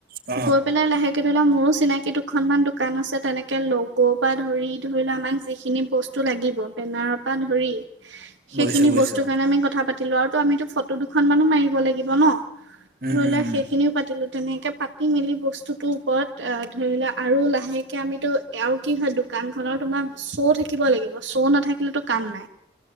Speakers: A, on the right; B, on the right.
A: অ অ
B: গৈ পেলাই লাহে ধৰি লোৱা মোৰো চিনাকি দুখনমান দোকান আছে তেনেকে লগ' বা ধৰি ধৰি লোৱা আমাক যিখিনি বস্তু লাগিব বেনাৰৰ পৰা ধৰি। সেইখিনি
A: বুজিছো বুজিছো
B: বস্তু কাৰণে আমি কথা পাতিলো আৰু আমিতো ফটো দুখন মানো মাৰিব লাগিব ন
A: উম
B: ধৰি
A: উম
B: লোৱা
A: উম
B: সেইখিনিও পাতিলো। তেনেকে পাতি মেলি বস্তুটো ওপৰত ধৰি লোৱা আৰু লাহেকে আমিতো আৰু কি হয় দোকানখনৰ তোমাৰ শ' থাকিব লাগিব শ্ব' নাথাকিলেতো কাম নাই।